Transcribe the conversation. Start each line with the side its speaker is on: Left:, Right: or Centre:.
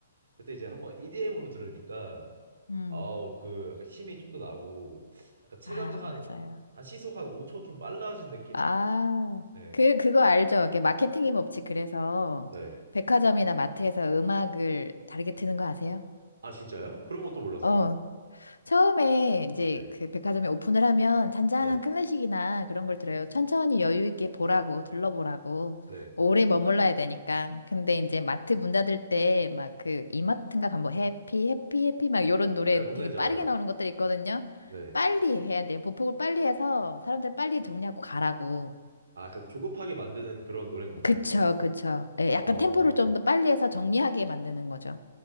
Right: 그때 이제 한번 EDM으로 들으니까
Left: 음.
Right: 아우 그 약간 힘이 좀 더 나고 약간 체감상
Left: 아,
Right: 한,
Left: 맞아요.
Right: 한 시속 한 5초 좀 빨라진 느낌?
Left: 아,
Right: 네.
Left: 그, 그거 알죠? 이게 마케팅의 법칙. 그래서
Right: 네.
Left: 백화점이나 마트에서 음악을 다르게 트는 거 아세요?
Right: 아 진짜요? 그런 것도 몰랐어요.
Left: 어, 처음에 이제
Right: 네.
Left: 그 백화점에 오픈을 하면 잔잔한
Right: 네.
Left: 클래식이나 그런 걸 들어요. 천천히 여유 있게 보라고, 둘러보라고.
Right: 네.
Left: 오래 머물러야 되니까. 근데 이제 마트 문 닫을 때 막 그 이마트인가 가면 뭐 해피, 해피, 해피 막 요런 노래
Right: 네, 뭔
Left: 되게
Right: 말인지
Left: 빠르게
Right: 알아요.
Left: 나오는 것들이 있거든요.
Right: 네.
Left: 빨리 해야 돼요. 보폭을 빨리 해서 사람들 빨리 정리하고 가라고.
Right: 아, 그 조급하게 만드는 그런 노래인 건가요,
Left: 그쵸,
Right: 약간?
Left: 그쵸. 예, 약간
Right: 아,
Left: 템포를 좀 더 빨리 해서 정리하게 만드는 거죠.